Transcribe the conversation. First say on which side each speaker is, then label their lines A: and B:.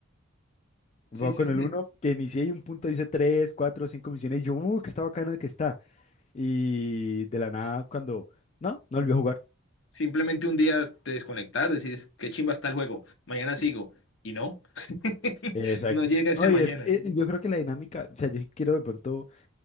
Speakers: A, on the left; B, on the left.
A: Me
B: Sí,
A: pasó
B: sí,
A: con
B: sí.
A: el uno que inicié y un punto hice 3 4 5 misiones y yo, uy, que está bacana que está. Y de la nada, cuando. No, no volví a jugar.
B: Simplemente un día te desconectas, decís, qué chimba está el juego, mañana sigo. Y no, <laughs>
A: Exacto.
B: no llega ese
A: No,
B: mañana.
A: y es- eh, yo creo que la dinámica, o sea, yo sí quiero de pronto